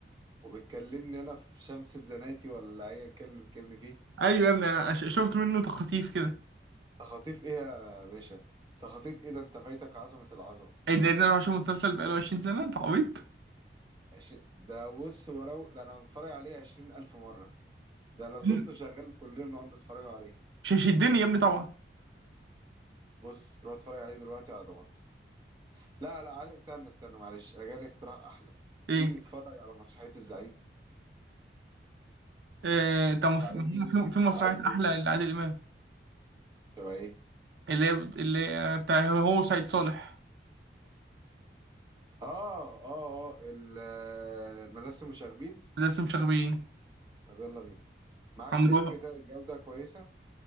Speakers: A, on the right; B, on the right.
A: وبتكلمني انا في شمس الزناتي ولا ايا كان اللي بتكلمني فيه
B: ايوه يا ابني انا ش- شفت منه تخطيف كده
A: تخاطيف ايه يا باشا تخاطيف ايه ده انت فايتك عظمه العظمه
B: ايه ده إيه ده انا اروح اشوف مسلسل بقاله 20 سنه انت عبيط
A: عشرين ده بص ولو ده انا متفرج عليه عشرين الف مره ده لو
B: مم.
A: شفته شغال كلنا بنقعد نتفرج عليه
B: مش هيشدني يا ابني طبعا
A: بص روح اتفرج عليه دلوقتي على ضمانتي لا لا عارف استنى استنى معلش انا جالي اقتراح احلى
B: ايه
A: تيجي نتفرج على مسرحيه الزعيم
B: آه، طب ما في
A: زعيم
B: في في مسرحية
A: عادل
B: أحلى
A: امام
B: لعادل إمام
A: شبه ايه
B: اللي هي اللي بتاع هو سعيد صالح
A: اه اه اه ال- آه، مدرسه المشاغبين
B: لسه مش غبيين
A: طب يلا بينا معاك
B: هنروحوا
A: لينك جا- جودة كويسة